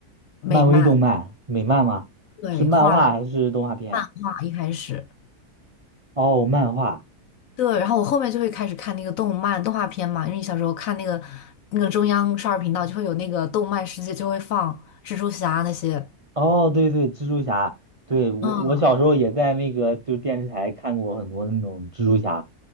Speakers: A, on the left; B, on the right.
A: 美漫。
B: 漫威动漫、美漫吗？
A: 对，
B: 是漫画还是动画片啊？
A: 画的漫画一开始，
B: 哦，漫画。
A: 对，然后我后面就会开始看那个动漫动画片嘛，因为你小时候看那个那个中央少儿频道就会有那个动漫世界就会放蜘蛛侠那些，
B: 哦，对对，蜘蛛侠。对，我我小时候也在那个就电视台看过很多那种蜘蛛侠，
A: 嗯，